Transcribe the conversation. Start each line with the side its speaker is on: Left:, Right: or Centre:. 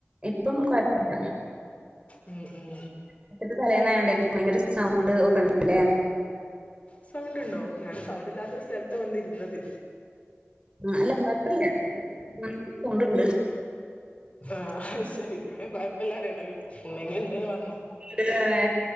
Right: ഇപ്പം കൊയ്പ്പില്ല
Left: മ് ഉം
Right: <unintelligible> തലേന്നായോണ്ടെര്ക്കും ഭയങ്കര സൗണ്ട് ഒക്കെണ്ടല്ലേ
Left: സൗണ്ടുണ്ടോ ഞാന് സൗണ്ട് ഇല്ലാത്തൊരു സ്ഥലത്ത് വന്നിരുന്നത്
Right: അല്ല കൊയ്പ്പില്ല <inaudible> സൗണ്ടിണ്ട്
Left: ആഹ് അയ്ശരി ഇങ്ങകൊയ്പ്പില്ല അറിയണ്ടല്ലോ ഇണ്ടങ്കി ഇണ്ട്ന്ന് പറഞ്ഞോ
Right: ഇണ്ടേ